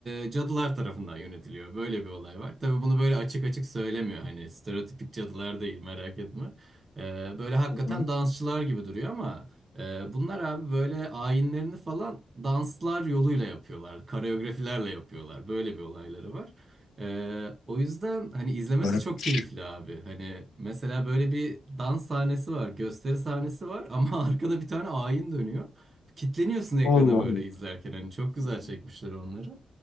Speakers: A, on the right (about 30°); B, on the left (about 85°).
A: e, cadılar tarafından yönetiliyor böyle bir olay var. Tabii bunu böyle açık açık söylemiyor hani stereotipik cadılar değil merak etme. E, böyle hakikaten
B: hı.
A: dansçılar gibi duruyor ama e, bunlar abi böyle ayinlerini falan danslar yoluyla yapıyorlar koreografilerle yapıyorlar böyle bir olayları var. Ee, o yüzden hani izlemesi
B: Garipmiş.
A: çok keyifli abi. Hani mesela böyle bir dans sahnesi var, gösteri sahnesi var ama <laughs> arkada bir tane ayin dönüyor. Kitleniyorsun ekrana
B: Allah
A: böyle
B: Allah.
A: izlerken hani çok güzel çekmişler onları.